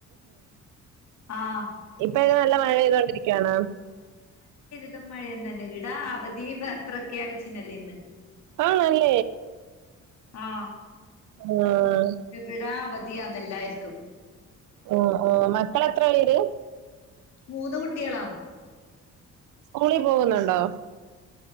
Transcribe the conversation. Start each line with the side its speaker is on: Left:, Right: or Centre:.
Left: ആഹ്
Right: ഇപ്പ ഇത് നല്ല മഴ പെയ്തൊണ്ടിരിക്കാണോ
Left: ഇപ്പഴും മഴ തന്നെ ഇവിടെ അവധി പ്രഖ്യാപിച്ചിനല്ലേ ഇന്ന്
Right: ആണല്ലേ
Left: ആ
Right: ആഹ്
Left: ഇവിടാ അവധിയാന്ന് എല്ലാരിക്കും
Right: ആ ആ മക്കള് എത്ര പേര്
Left: മൂന്ന് കുട്ട്യേളാ
Right: സ്കൂളി പോവുന്നുണ്ടോ